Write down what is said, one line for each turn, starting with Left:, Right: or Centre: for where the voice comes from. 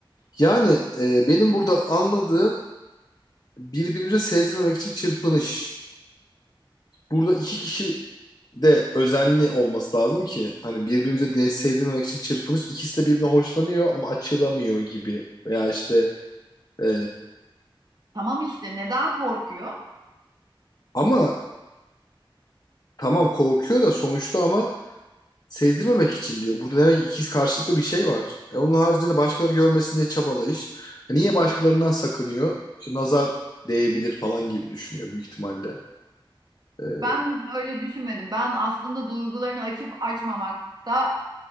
Left: Yani e, benim burada anladığım birbirimize sezdirmemek için çırpınış. Burada iki kişi de özenli olması lazım ki hani birbirimize de sezdirmemek için çırpınış. İkisi de birbirine hoşlanıyor ama açılamıyor gibi. Veya işte e,
Right: Tamam işte neden korkuyor?
Left: ama tamam korkuyor da sonuçta ama Sezdirmemek için diyor. Burada demek ki ikiz karşılıklı bir şey var. E onun haricinde başkaları görmesin diye çabalayış. E niye başkalarından sakınıyor? İşte nazar değebilir falan gibi düşünüyor büyük ihtimalle. E,
Right: Ben öyle düşünmedim. Ben aslında duygularını açıp açmamakta